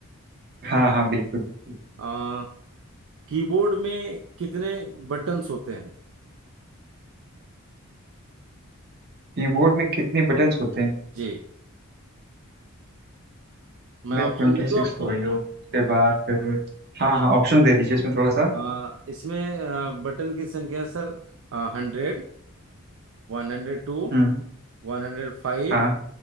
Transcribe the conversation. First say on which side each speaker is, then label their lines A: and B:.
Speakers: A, on the right; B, on the right.
A: हाँ हाँ बिल्कुल बिल्कुल
B: आ, कीबोर्ड में कितने बटन्स होते हैं
A: कीबोर्ड में कितने बटन्स होते हैं
B: जी मैं
A: मैं
B: ऑप्शन
A: ट्वेंटी
B: दे दूं
A: सिक्स
B: आपको
A: हो गई हो उसके बाद फिर- हाँ हाँ ऑप्शन दे दीजिए इसमें थोड़ा सा
B: आ, इसमें आ, बटन की संख्या सर हंड्रेड वन हंड्रेड टू
A: हम्म
B: वन हंड्रेड फाइव
A: हाँ